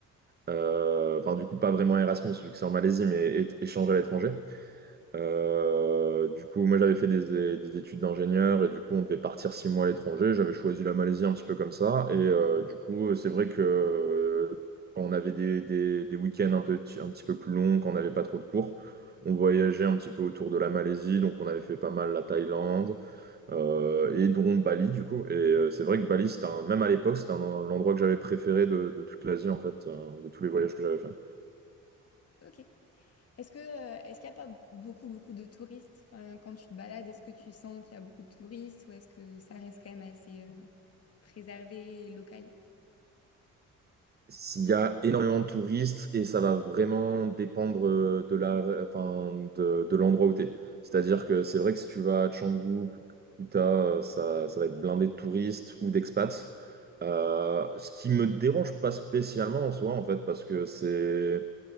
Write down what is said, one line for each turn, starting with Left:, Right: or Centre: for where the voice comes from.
Right: Euh, Enfin, du coup, pas vraiment Erasmus, vu que c'est en Malaisie, mais é- échange à l'étranger. Euh, du coup, moi, j'avais fait des, é- des études d'ingénieur et du coup, on devait partir six mois à l'étranger. J'avais choisi la Malaisie un petit peu comme ça. Et euh, du coup, c'est vrai que euh, quand on avait des, des, des week-ends un peu, un petit peu plus longs, quand on n'avait pas trop de cours, on voyageait un petit peu autour de la Malaisie. Donc, on avait fait pas mal la Thaïlande euh, et dont Bali, du coup. Et euh, c'est vrai que Bali, c'était un- même à l'époque, c'était un, l'endroit que j'avais préféré de, de toute l'Asie, en fait, euh, de tous les voyages que j'avais fait.
Left: Ok. Est-ce que, euh, est-ce qu'il n'y a pas beaucoup, beaucoup de touristes? Enfin, quand tu te balades, est-ce que tu sens qu'il y a beaucoup de touristes ou est-ce que ça reste quand même assez euh, préservé et local?
Right: s'il y a énormément de touristes et ça va vraiment dépendre euh, de la, enfin, de, de l'endroit où tu es. C'est-à-dire que c'est vrai que si tu vas à Canggu, ou Kuta, euh, ça, ça va être blindé de touristes ou d'expats. Euh, ce qui me dérange pas spécialement en soi, en fait, parce que c'est